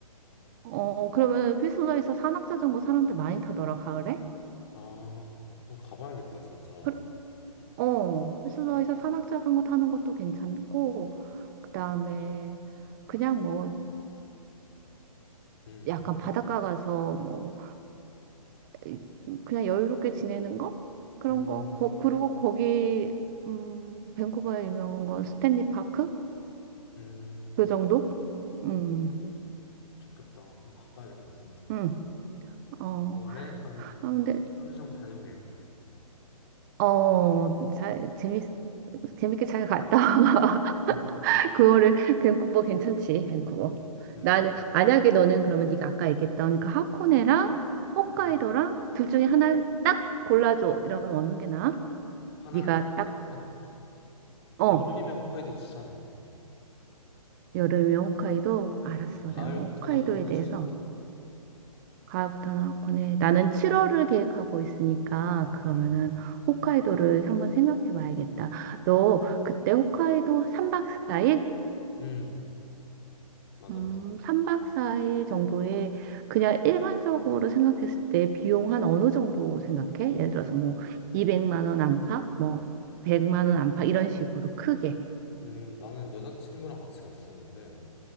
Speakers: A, on the right; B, on the left.
A: 어, 그러면 휘슬러에서 산악자전거 사람들 많이 타더라, 가을에?
B: 아. 어, 가봐야겠다 진짜.
A: 그, 어, 휘슬러에서 산악자전거 타는 것도 괜찮고, 그 다음에 그냥 뭐,
B: 음.
A: 약간 바닷가 가서 뭐, 이- 그냥 여유롭게 지내는 거? 그런
B: 음.
A: 거. 거 그리고 거기 음, 밴쿠버에 유명한 건 스탠리 파크?
B: 음.
A: 그 정도? 음.
B: 음. 좋겠다. 한번 가봐야겠다 진짜.
A: 음. 어.
B: 6월에 한
A: 아 근데
B: 3주 정도 다니면 되겠다 그때.
A: 어, 잘 재밌 재밌게 잘 갔다. <laughs>
B: 음.
A: 그거를 밴쿠버 괜찮지. 밴쿠버.
B: 음.
A: 나는 만약에 너는 그러면 네가 아까 얘기했던 그 하코네랑 홋카이도랑
B: 음.
A: 둘 중에 하나 딱 골라줘. 이러면 어느 게 나아?
B: 하나를
A: 네가
B: 딱
A: 딱
B: 고르자면?
A: 어,
B: 여름이면 홋카이도 추천해.
A: 여름이면 홋카이도? 알았어.
B: 음, 가을부터는
A: 내가 홋카이도에
B: 하코네
A: 대해서
B: 추천하고.
A: 가을부터는 하코네. 나는 7월을 계획하고 있으니까 그러면은
B: 음,
A: 홋카이도를 한번 생각해 봐야겠다. 너 그때 홋카이도 3박 4일?
B: 음, 맞아,
A: 음,
B: 맞아.
A: 3박 4일 정도에 그냥 일반적으로 생각했을 때 비용 한 어느 정도 생각해? 예를 들어서 뭐 200만 원 안팎, 뭐 100만 원 안팎 이런 식으로 크게.
B: 음, 나는 여자친구랑 같이 갔었는데